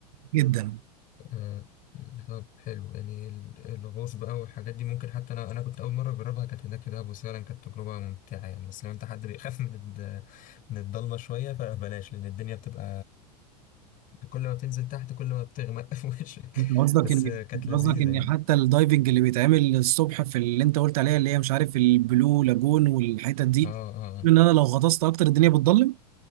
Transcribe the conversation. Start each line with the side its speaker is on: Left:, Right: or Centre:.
Right: جدا
Left: آه، طب حلو يعني ال- الغوص بقى والحاجات دي ممكن حتى انا انا كنت اول مره اجربها كانت هناك في دهب وفعلا كانت تجربه ممتعه يعني بس لو انت حد بيخاف <laughs> من الد... من الضلمه شويه فبلاش لان الدنيا بتبقى كل ما بتنزل تحت كل ما بتغمق <laughs> في وشك
Right: انت قصدك
Left: بس
Right: ان
Left: آه،
Right: انت
Left: كانت لذيذه
Right: قصدك ان
Left: يعني
Right: حتى الدايفنج اللي بيتعمل الصبح في اللي انت قلت عليها اللي هي مش عارف البلو لاجون والحتت دي
Left: اه اه آه.
Right: ان انا لو غطست اكتر الدنيا بتضلم